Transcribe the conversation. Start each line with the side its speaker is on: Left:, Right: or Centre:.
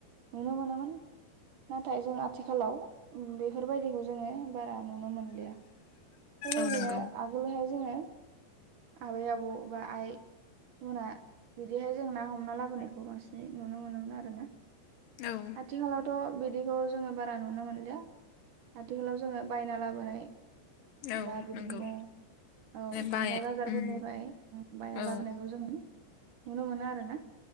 Right: नुनो मोनोमोन। नाथाय जों आथिखालाव बेफोरबायदिखौ जोङो बारा नुनो मोनलिया बेबायदिनो
Left: औ नंगौ
Right: आगोलहाय जोङो आबै आबौ बा आइ मोना बिदिहाय जों ना हमना लाबोनायखौ बांसिनै नुनो मोनोमोन आरो ना।
Left: औ
Right: आथिखालाव थ'बिदिखौ जोङो बारा नुनो मोनलिया आथिखालाव जोङो बायना लाबोनाय
Left: औ
Right: दा बिदिनो
Left: नंगौ
Right: औ
Left: बाय
Right: हाथ थाइ बाजारफोरनिफ्राय
Left: उम
Right: बायना
Left: औ
Right: लाबोनायखौ जोङो नुनो मोनो आरो ना।